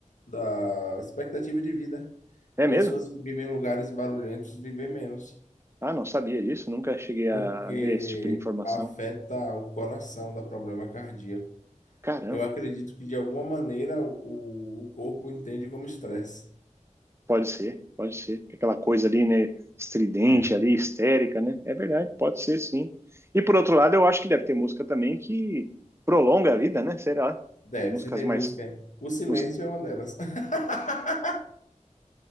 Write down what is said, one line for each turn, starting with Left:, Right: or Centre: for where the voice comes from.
Left: da expectativa de vida.
Right: É
Left: Pessoas
Right: mesmo?
Left: que vivem em lugares barulhentos vivem menos,
Right: Ah, não sabia disso, nunca cheguei a
Left: porque
Right: ver esse tipo de informação.
Left: afeta o coração, dá problema cardíaco.
Right: Caramba,
Left: Eu acredito que, de alguma maneira, o, o corpo entende como estresse.
Right: pode ser, pode ser. Aquela coisa ali, né, estridente
Left: É,
Right: ali, histérica, né? É verdade, pode ser sim. E por outro lado, eu acho que deve ter música também que prolonga a vida, né? Será?
Left: deve,
Right: As músicas
Left: se tem
Right: mais.
Left: música. aí. O silêncio
Right: mus-
Left: é uma delas. <laughs>